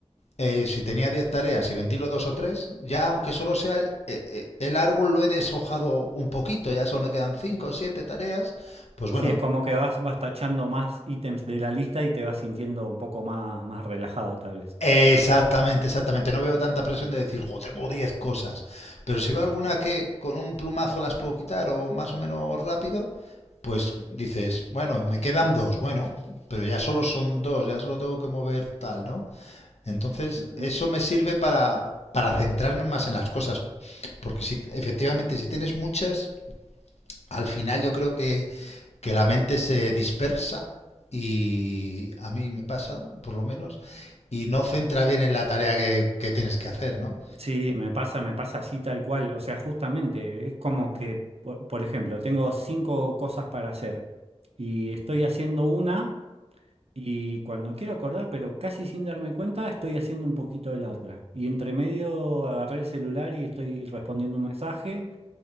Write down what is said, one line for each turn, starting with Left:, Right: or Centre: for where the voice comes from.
Left: eh, si tenía 10 tareas y ventilo dos o tres, ya aunque solo sea eh, eh, el árbol lo he deshojado un poquito, ya solo me quedan cinco o siete tareas, pues
Right: Sí,
Left: bueno,
Right: es como que vas, vas tachando más ítems de la lista y te vas sintiendo un poco más, más relajado, tal vez.
Left: eh, exactamente, exactamente, no veo tanta presión de decir, jo, tengo 10 cosas, pero si
Right: Claro.
Left: veo alguna que con un plumazo las puedo quitar o más o menos rápido, pues dices, bueno, me quedan dos, bueno, pero ya solo son dos, ya solo tengo que mover tal, ¿no? Entonces,
Right: Ujú.
Left: eso me sirve para, para centrarme más en las cosas. Porque si, efectivamente, si tienes muchas, al final yo creo que, que la mente se dispersa y a mí me pasa, por lo menos, y no centra bien en la tarea que, que tienes que hacer, ¿no?
Right: Sí, me pasa, me pasa así tal cual. O sea, justamente, es como que, por, por ejemplo, tengo cinco cosas para hacer y estoy haciendo una. Y cuando quiero acordar, pero casi sin darme cuenta, estoy haciendo un poquito de la otra. Y entre medio agarré el celular y estoy respondiendo un mensaje.